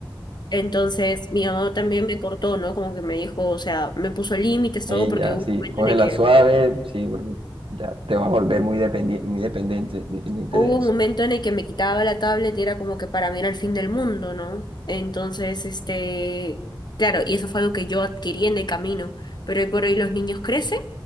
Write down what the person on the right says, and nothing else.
Y
ya,
sí,
cógela
suave, sí, porque ya te vas a volver muy dependiente, muy dependiente, dependiente
de eso.